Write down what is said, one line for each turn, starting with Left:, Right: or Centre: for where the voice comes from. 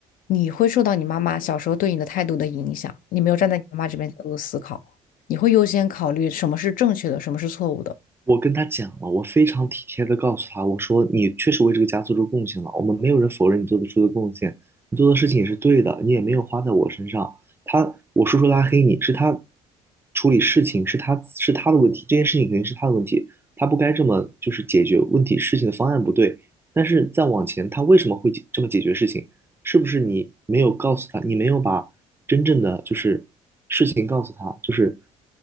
Left: 你会受到你妈妈小时候对你的态度的影响？你没有站在你妈妈这边角度思考，你会优先考虑什么是正确的，什么是错误的。
Right: 我跟他讲了，我非常体贴的告诉他，我说你确实为这个家做出贡献了，我们没有人否认你做得出的贡献，你做的事情也是对的，你也没有花在我身上。他，我叔叔拉黑你是他处理事情是他是他的问题，这件事情肯定是他的问题，他不该这么就是解决问题事情的方案不对。但是再往前，他为什么会解这么解决事情？是不是你没有告诉他，你没有把真正的就是情告诉他，就是